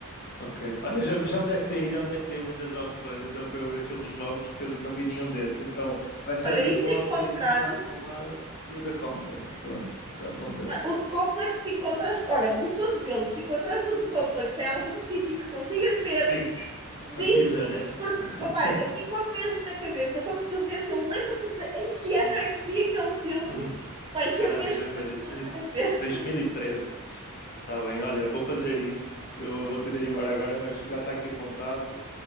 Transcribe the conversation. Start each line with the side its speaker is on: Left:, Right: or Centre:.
Left: ok. Olha, já, já me deste aí, já me deste aí muitas opções, então para eu ver filmes novos, que eu não vi nenhum desses. Então vai ser
Right: Olha,
Left: o Deep
Right: e se
Left: Water,
Right: encontrares,
Left: Identidade Roubada e o The Complex. Pronto, já apontei.
Right: ah, o de complexo, se encontrares, olha, de todos eles, se encontrares o de complexo em algum sítio que consigas ver,
Left: Vict,
Right: Diz-me,
Left: pode dizer, né?
Right: porque
Left: Pronto.
Right: opá,
Left: <laughs>
Right: ficou-me mesmo na cabeça. Como tu vês, eu lembro-me de em que ano
Left: Uhum.
Right: é que vi aquele filme.
Left: Uhum.
Right: Pai, quero
Left: Caraca,
Right: mesmo
Left: já foi
Right: muito
Left: 2000
Right: voltar
Left: e-
Right: a ver.
Left: 2013. Está bem, olha, vou fazer isso. Eu vou ter de ir embora agora, mas já está aqui apontado.